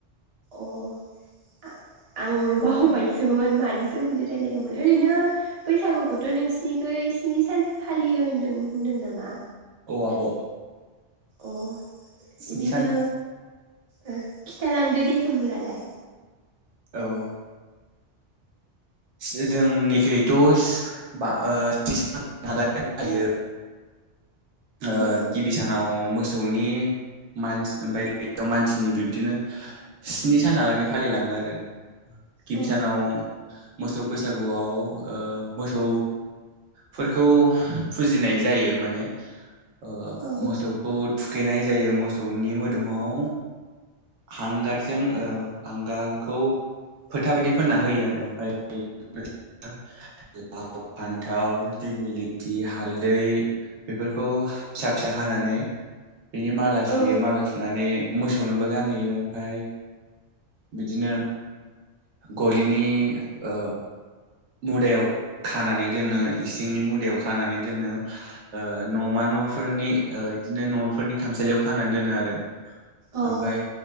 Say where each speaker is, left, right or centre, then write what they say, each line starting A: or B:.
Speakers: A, on the right; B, on the right.
A: अ आ आं बावबायसोमोन मानि सोमोन्दै रायलायदोंमोन ओरैनो बैसागुखौथ' नोंसिनिखै इ सिनि सानस फालियो होनदों होनदों नामा?
B: औ आब'
A: अ
B: स्नि
A: इदिनो
B: सान
A: ओ खिथालांदो दे होमब्लालाय
B: औ सो जोंनिखैथ'स बा ओ स्नि सान हालागै फालियो। ओ
A: औ
B: गिबि सानाव मोसौनि मानस ओमफाय बे <unintelligible> मानसिनि बिब्दिनो स्नि सानहालागै फालिलाङो आरो गिबि
A: औ
B: सानाव मोसौ बैसागुआव ओ मोसौ फोरखौ फुजिनाय जायो माने ओ
A: औ
B: मोसौखौ थुखैनाय जायो मोसौनि मोदोमाव हांगारजों ओ हांगारखौ फोथा बायदि फोनना होयो आरो ओमफ्राय <unintelligible> लाव, फान्थाव, दिग्लि लिथि, हालदै बेफोरखौ फिसा फिसा हानानै बिनि माला सुयो
A: औ
B: माला सुनानै मोसौनोबो गानहोयो ओमफाय बिदिनो गलिनि ओ मुदायाव खानानै दोनो इसिंनि मुदायाव खानानै दोनो ओ न'मा न'फोरनि ओ बिदिनो न'फोरनि खामसालियाव खानानै दोनो आरो
A: औ
B: ओमफाय